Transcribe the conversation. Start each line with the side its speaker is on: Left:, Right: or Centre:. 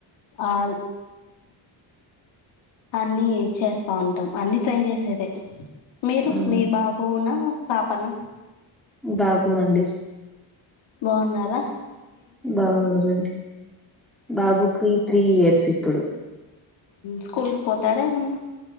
Left: ఆల్ అన్నిీ చేస్తా ఉంటాం అన్ని ట్రై చేసేదిే మీరు
Centre: మ్మ్
Left: మీ బాబునా పాపనా
Centre: బాబు అండి
Left: బావున్నారా
Centre: బాగుంది బాబుకి త్రీ ఇయర్స్ ఇప్పుడు
Left: స్కూల్కి పోతాడే ఎమన్న